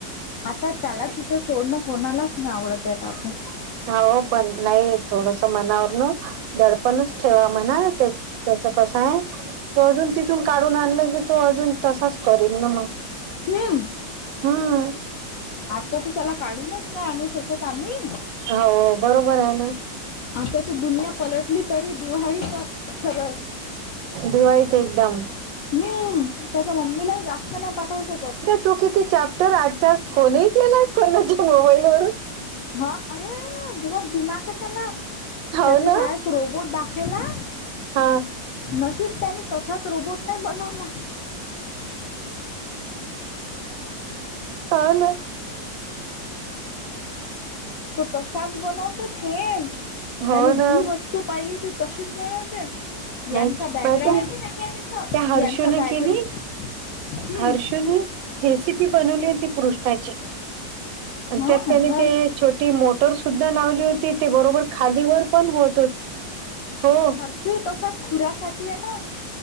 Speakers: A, on the left (about 70°); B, on the right (about 85°).
A: आता त्याला तिथं सोडणं कोणालाच नाही आवडत आहे आता आपण
B: हाव पण नाही थोडस मनावर न दडपणच ठेवा म्हणा ते त्याच कसं आहे. तो अजून तिथून काढून आणल की तो अजून तसाच करील ना मग
A: हम्
B: हम्म
A: आता तर त्याला काढूनच नाय आणू शकत आम्ही
B: हो बरोबर आहे ना
A: आता तर दुनिया पलटली तरी दिवाळीचा खर
B: दिवाळीत एकदम
A: नई त्याच्या मम्मीला बी जास्त नाही पाठवू शकत.
B: तो किती चॅप्टर आजच्या आज फोनही केलाय कोणाच्या मोबाईल वरून
A: हा अरे बोहोत दिमाग ये त्याला
B: हो
A: त्याच्या
B: ना
A: शाळेत रोबोट दाखवला.
B: हा
A: नशीब त्यानी तसाच रोबोट नाही बनवला.
B: ह ना.
A: तो तसाच बनवतो सेम
B: हो
A: त्याने
B: ना
A: जी वस्तू पाहिली ती तशीच बणवते यांचा
B: नाही
A: बॅकग्राउंड
B: माहित आहे त्या हर्षू
A: यांचा बॅकग्राउंड
B: की नी
A: हम्म
B: हर्षू नी केसी ति बनवली ति पृष्ठाची
A: हा
B: त्यात त्याने
A: हर्ष
B: ते छोटी मोटर सुद्धा लावली होत की ती बरोबर खालीवर पण होत होते हो
A: सुई तसाच खुऱ्यासाठी आहे ना